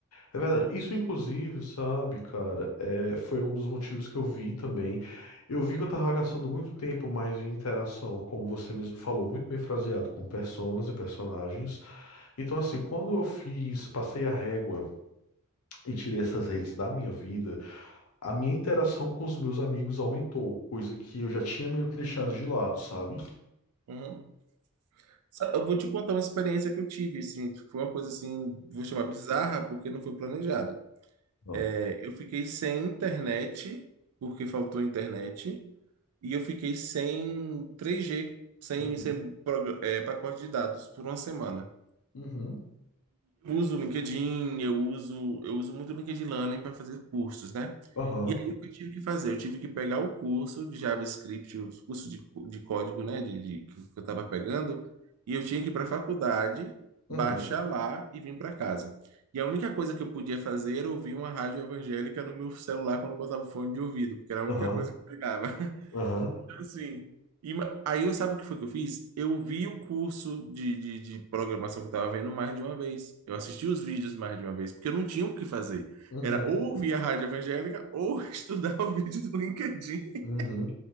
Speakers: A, on the left; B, on the right.
A: É verdade. Isso, inclusive, sabe, cara, é, foi um dos motivos que eu vi também. Eu vi que eu tava gastando muito tempo mais em interação, como você mesmo falou, muito bem fraseado, com personas e personagens. Então, assim, quando eu fiz, passei a régua e tirei essas redes da minha vida, a minha interação com os meus amigos aumentou, coisa que eu já tinha meio que deixado de lado, sabe?
B: Uhum. Sa- Eu vou te contar uma experiência que eu tive, assim, foi uma coisa assim, vou chamar bizarra, porque não foi planejado.
A: Não.
B: É, eu fiquei sem internet, porque faltou internet, e eu fiquei sem 3G, sem,
A: Uhum.
B: sem prog- eh, pacote de dados por uma semana.
A: Uhum.
B: Eu uso o LinkedIn, eu uso, eu uso muito o LinkedIn Learning para fazer cursos, né?
A: Aham.
B: E aí o que eu tive que fazer? Eu tive que pegar o curso de JavaScript, o curso de, co- de código, né, de, de- que eu estava pegando, e eu tinha que ir para a faculdade, baixar
A: Uhum.
B: lá e vir para casa. E a única coisa que eu podia fazer era ouvir uma rádio evangélica no meu celular quando eu botava o fone de ouvido, porque era a
A: Aham.
B: única coisa que eu pegava.
A: Aham.
B: Então, assim, ima- aí eu sabe o que foi que eu fiz? Eu vi o curso de, de, de programação que eu tava vendo mais de uma vez. Eu assisti os vídeos mais de uma vez, porque eu não tinha o que fazer.
A: Uhum.
B: Era ou ouvir a rádio evangélica ou <laughs> estudar o vídeo do LinkedIn.
A: Uhum.